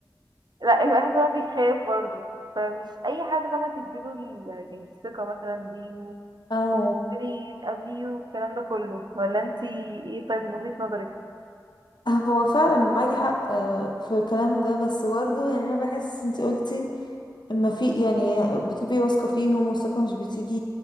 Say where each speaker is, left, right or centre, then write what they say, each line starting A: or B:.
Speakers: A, on the right; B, on the left.
A: لا الواحد طبعا بيخاف برضو فمش اي حد فاهمة تديله ال- يعني الثقة مثلا دي
B: او
A: وتقولي تقابليه والكلام ده كله ولا انتي ايه طيب من وجهة نظرك
B: هو فعلا معاكي حق آه، في الكلام ده بس برضه يعني انا بحس انت قلتي ما في يعني بتبقي واثقه فيهم والثقه مش بتيجي